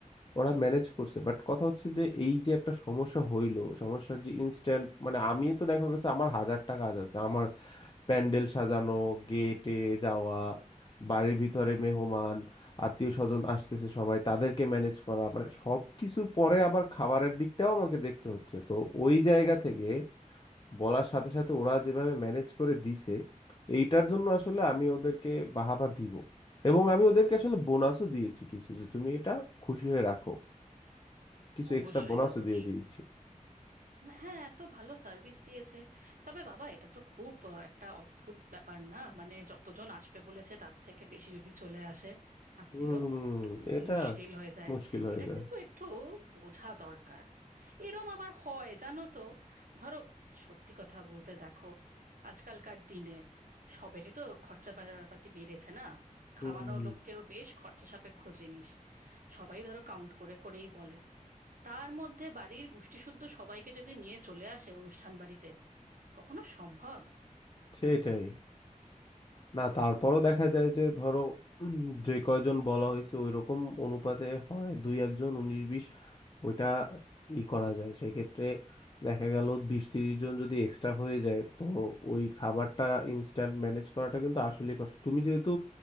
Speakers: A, on the left (about 35°); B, on the right (about 80°).
A: ওরা ম্যানেজ করছে বাট কথা হচ্ছে যে এই যে একটা সমস্যা হইলো সমস্যার যে ইনস্ট্যান্ট মানে আমি তো দেখা গেছে আমার হাজারটা কাজ আছে আমার প্যান্ডেল সাজানো গেটে যাওয়া বাড়ির ভিতরে মেহমান আত্মীয় স্বজন আসতেছে সবাই তাদেরকে ম্যানেজ করা মানে সব কিছুর পরে আবার খাবারের দিকটাও আমাকে দেখতে হচ্ছে তো ওই জায়গা থেকে বলার সাথে সাথে ওরা যেভাবে ম্যানেজ করে দিছে এইটার জন্য আসলে আমি ওদেরকে বাহাবা দিব এবং আমি ওদেরকে আসলে বোনাসও দিয়েছি কিছু যে তুমি এটা খুশি হয়ে রাখো কিছু
B: অবশ্যই
A: এক্সট্রা বোনাসও
B: অবশ্যই
A: দিয়ে দিয়েছি
B: হ্যাঁ এত ভালো সার্ভিস দিয়েছে তবে বাবা এটা তো খুব আহ, একটা অদ্ভুত ব্যাপার না মানে যতজন আসবে বলেছে তার থেকে বেশি যদি চলে আসে আত্মীয়
A: হুম
B: খুব
A: এটা
B: মুশকিল হয়ে যায়
A: মুশকিল হয়ে
B: এটা
A: যায়
B: কিন্তু একটু বোঝা দরকার এরম আবার হয় জানো তো ধরো সত্যি কথা বলতে দেখো আজকালকার দিনে সবেরই তো খরচাপাতি বেড়েছে না খাওয়ানো
A: হুম
B: লোককেও বেশ খরচা সাপেক্ষ জিনিস সবাই ধরো কাউন্ট করে করেই বলে তার মধ্যে বাড়ির গোষ্ঠীসুদ্ধ সবাইকে যদি নিয়ে চলে আসে অনুষ্ঠান বাড়িতে কখনো সম্ভব
A: সেটাই না তারপরও দেখা যায় যে ধরো উম, যে কয়জন বলা হয়েছে ওই রকম অনুপাতে হয় দুই একজন উনিশ বিশ ওইটা ই করা যায় সেক্ষেত্রে দেখা গেল বিশ তিরিশ জন যদি এক্সট্রা হয়ে যায় তো ওই খাবারটা ইনস্ট্যান্ট ম্যানেজ করাটা কিন্তু আসলে কষ্ট তুমি যেহেতু